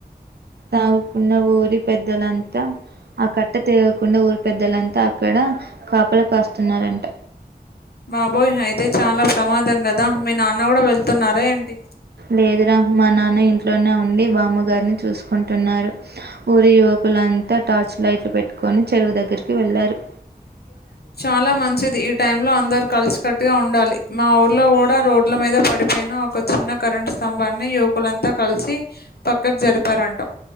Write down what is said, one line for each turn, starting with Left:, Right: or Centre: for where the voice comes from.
Right: తాగాకున్న ఊరి పెద్దల అంత ఆ కట్ట తెగకుండా ఊరి పెద్దలంతా అక్కడ కాపల కాస్తున్నారంట
Left: బాబోయ్ అయితే చాలా ప్రమాదం గదా మీ నాన్న కూడా వెళ్తున్నారా ఏంటి
Right: లేదురా మా నాన్న ఇంట్లోనే ఉండి బామ్మగారిని చూసుకుంటున్నారు ఊరి యువ కులంతా టార్చ్ లైట్లు పెట్టుకొని చెరువు దగ్గరికి వెళ్ళారు
Left: <inaudible> చాలా మంచిది ఈ టైంలో అందరు కలిసికట్టుగా ఉండాలి మా ఊర్లో కూడా రోడ్ల మీద పడి పైన ఒక చిన్న కరెంట్ స్తంభాన్ని యువకులంతా కలిసి పక్కకు జరిపారంట